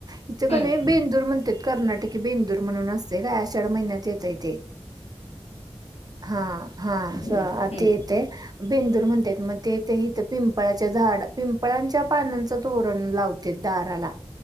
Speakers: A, on the right; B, on the left.
A: इथक
B: हम्म
A: बेंदूर म्हणतं ते कर्नाटकी बेंदूर म्हणून असतंय ते काय आषाढज्ञ महिन्यात येतय ते हा हा
B: हम्म
A: स
B: हम्म
A: ते ते बेंदूर म्हणतात मग ते ते इथ पिंप पिंपळाच्या झाड पिंपळांच्या पानांचं तोरण लावतेत दाराला.